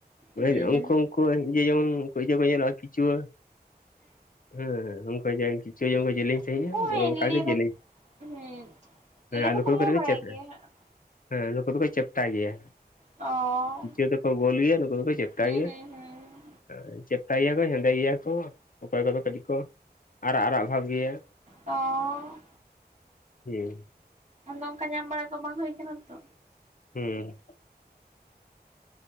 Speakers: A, on the left (about 55°); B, on the right (about 45°).
A: <inaudible>
B: ᱦᱩᱸ
A: ᱩᱱᱠᱩ ᱩᱱᱠᱩ ᱤᱭᱟᱹ ᱡᱮᱢᱚᱱ ᱤᱭᱟᱹ ᱠᱚ ᱧᱮᱞᱚᱜᱼᱟ ᱠᱤᱪᱩᱣᱟᱹ᱾ ᱦᱮᱸ ᱦᱮᱸ ᱩᱱᱠᱩ ᱡᱮ ᱠᱤᱪᱣᱟᱹ ᱡᱮᱢᱚᱱ ᱠᱚ ᱡᱮᱞᱮᱧ ᱥᱟᱹᱦᱤᱡ-ᱟ
B: ᱦᱳᱭ
A: ᱚᱱᱮ
B: ᱞᱟᱹᱭ
A: ᱚᱱᱠᱟᱜᱮ
B: ᱫᱚ
A: ᱡᱮᱞᱮᱧ᱾
B: ᱦᱩᱸ ᱞᱟᱹᱭ
A: ᱦᱮᱸ ᱟᱨ
B: ᱫᱚᱠᱚ
A: ᱱᱩᱠᱩ
B: ᱞᱟᱹᱭ
A: ᱫᱚ ᱠᱟᱴᱤᱡ
B: ᱵᱟᱲᱟᱭ
A: ᱠᱚ ᱪᱮᱯ,
B: ᱜᱮᱭᱟ ᱦᱟᱸᱜ
A: ᱦᱮᱸ ᱱᱩᱠᱩ ᱫᱚᱠᱚ ᱪᱮᱯᱴᱟ ᱜᱮᱭᱟ᱾
B: ᱚ
A: ᱠᱤᱪᱣᱟᱹ ᱫᱚᱠᱚ ᱜᱳᱞ ᱜᱮᱭᱟ ᱱᱩᱠᱩ ᱫᱚᱠᱚ ᱪᱮᱯᱴᱟ
B: ᱦᱩᱸ
A: ᱜᱮᱭᱟᱢ,
B: ᱦᱩᱸ ᱦᱩᱸ
A: ᱦᱮᱸ ᱪᱮᱯ ᱴᱟ ᱜᱮᱭᱟ ᱠᱚ ᱦᱮᱸᱫᱮ ᱜᱮᱭᱟ ᱠᱚ ᱚᱠᱚᱭ ᱠᱚᱫᱚ ᱠᱟᱹᱴᱤᱡ ᱠᱚ ᱟᱨᱟᱜ ᱟᱨᱟᱜ ᱚᱵᱷᱟᱵᱽ ᱜᱮᱭᱟ᱾
B: ᱚᱻ
A: <inaudible>
B: ᱟᱫᱚ ᱚᱱᱠᱟ ᱧᱟᱢ ᱵᱟᱲᱟ ᱠᱚ ᱵᱟᱝ ᱦᱩᱭ ᱠᱟᱱᱟ ᱛᱚ᱾
A: ᱦᱩᱸ᱾